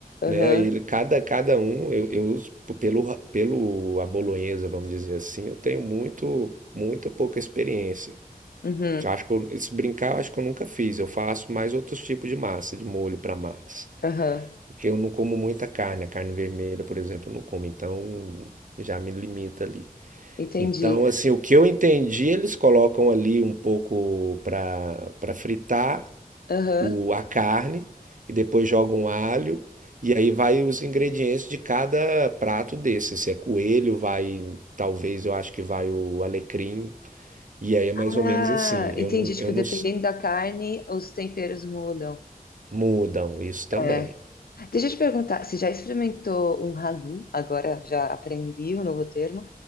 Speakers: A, on the right (about 55°); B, on the left (about 75°).
A: né?
B: Aham,
A: E ele cada cada um eu, eu pelo ra- pelo a bolonhesa, vamos dizer assim, eu tenho muito muito pouca experiência.
B: uhum,
A: Eu acho que eu, se brincar, eu acho que eu nunca fiz. Eu faço mais outros tipos de massa, de molho para massa.
B: aham,
A: Porque eu não como muita carne, a carne vermelha, por exemplo, eu não como, então já me limita ali.
B: entendi.
A: Então, assim, o que eu entendi, eles colocam ali um pouco para para fritar
B: Aham.
A: o, a carne e depois jogam alho e aí vai os ingredientes de cada prato desse. Se é coelho, vai, talvez eu acho que vai o alecrim. E aí é mais
B: Ah,
A: ou menos assim.
B: entendi.
A: Eu não,
B: Tipo,
A: eu não,
B: dependendo da carne, os temperos mudam.
A: Mudam, isso também.
B: É. Deixa eu te perguntar, você já experimentou um ragu? Agora já aprendi um novo termo.